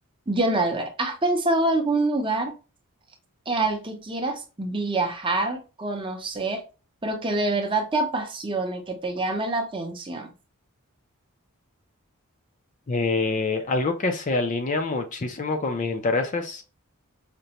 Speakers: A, on the right; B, on the left.
A: John Albert, ¿has pensado algún lugar al que quieras viajar, conocer, pero que de verdad te apasione, que te llame la atención?
B: Eh, algo que se alinea muchísimo con mis intereses